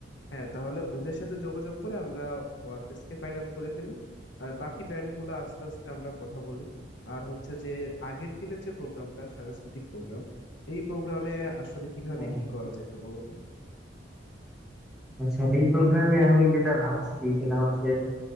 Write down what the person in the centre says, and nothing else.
হ্যাঁ
আচ্ছা এই প্রোগ্রামে আমি যেটা ভাবছি সেটা হচ্ছে